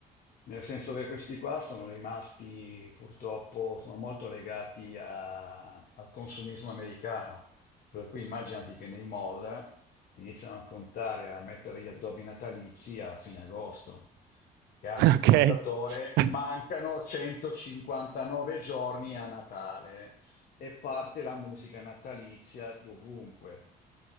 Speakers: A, on the left; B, on the right.
A: Nel senso che questi qua sono rimasti purtroppo, sono molto legati a- al consumismo americano. Per cui immaginati che nei mall iniziano a contare, a mettere gli addobbi natalizi a fine agosto che hanno
B: <laughs>
A: il contatore,
B: Ok, <laughs>
A: mancano 159 giorni a Natale e parte la musica natalizia dovunque.